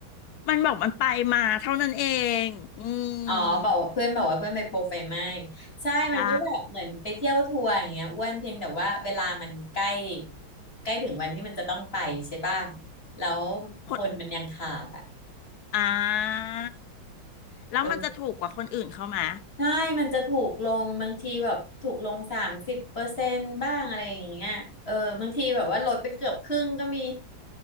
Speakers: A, on the left; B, on the left.
A: มันบอกมันไปมาเท่านั้นเองอื
B: อ๋อบอกว่าเพื่อนบอกว่าเพื่อนไปโปรไฟไหม้
A: ม
B: ใช่มันก็แบบเหมือนไปเที่ยวทัวร์อย่างเงี้ยอ้วนเพียงแต่ว่าเวลามันใกล้
A: ใช่
B: ใกล้ถึงวันที่มันจะต้องไปใช่ป่ะแล้ว
A: คน
B: คนมันยังขาดอ่ะ
A: อ่าแล้วมันจะถูกกว่าคนอื่นเขาไหม
B: เออใช่มันจะถูกลงบางทีแบบถูกลงสามสิบเปอร์เซ็นต์บ้างอะไรอย่างเงี้ยเออบางทีแบบว่าลดไปเกือบครึ่งก็มี